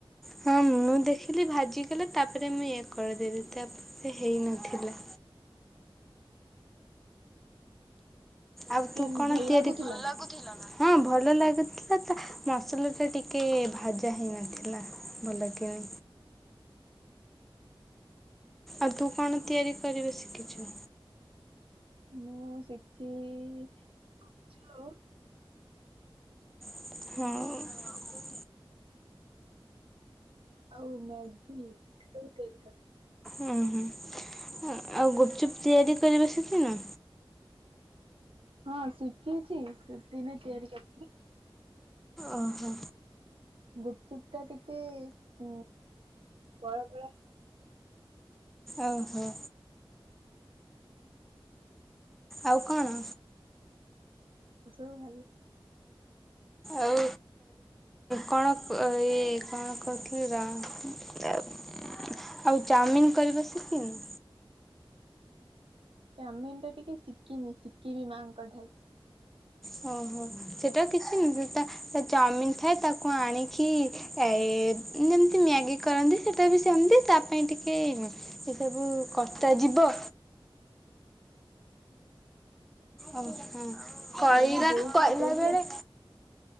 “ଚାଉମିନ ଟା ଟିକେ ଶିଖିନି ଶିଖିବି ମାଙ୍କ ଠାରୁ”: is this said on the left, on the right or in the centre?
Right